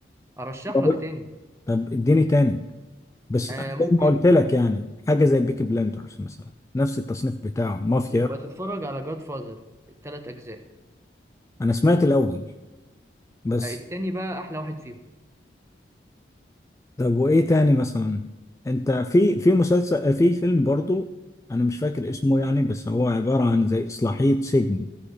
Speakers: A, on the right (about 15°); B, on the left (about 15°).
A: ارشح
B: طب
A: لك تاني
B: طب اديني تاني بس
A: آه
B: زي
A: ممكن
B: ما قلت لك يعني حاجة زي بيكي بلندرز مثلا نفس التصنيف بتاعه مافيا
A: يبقى تتفرج على جاد فازر الثلاث اجزاء
B: انا سمعت الاول بس
A: آه التاني بقى احلى واحد فيهم
B: طب وايه تاني مثلا انت في في مسلسل في فيلم برضو انا مش فاكر اسمه يعني بس هو عبارة عن زي اصلاحية سجن